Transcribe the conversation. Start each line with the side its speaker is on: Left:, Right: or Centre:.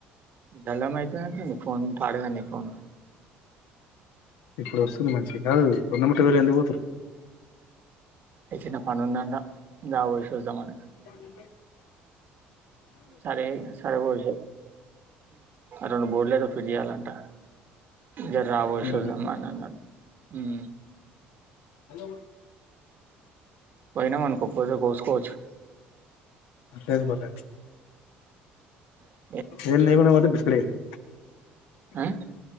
Right: డలా <unintelligible> మాహతు అ ఫోన్ పాడగా న ఫోన్
Left: ఇప్పుడు వస్తుంది మంచిది కాదు <unintelligible> రెండుముూటి వేలు ఎందు పోతారు
Right: ఏ చిన్న పని ఉందంట దా పోయి చూద్దామని
Left: అ
Right: <unintelligible> సరే సరే బోల్ రెండు బోర్డులు ఏదో ఫ్రిడ్జ్ చెయ్యాలంట జర రా బోయి
Left: ఉహు
Right: చూద్దాం అని అన్నడు ఉం
Left: హలో
Right: పోయినామనుకో పోతే కోసు కోవచ్చు
Left: అంటే బ <unintelligible>
Right: ఉం
Left: ఏం లేకుండా పోతే బిస్కట్ అయిద్ది
Right: ఆ